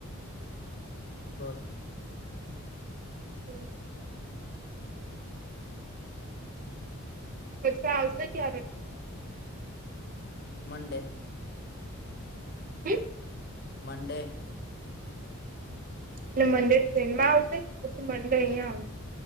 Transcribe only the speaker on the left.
બસ
મંડે.
મંડે.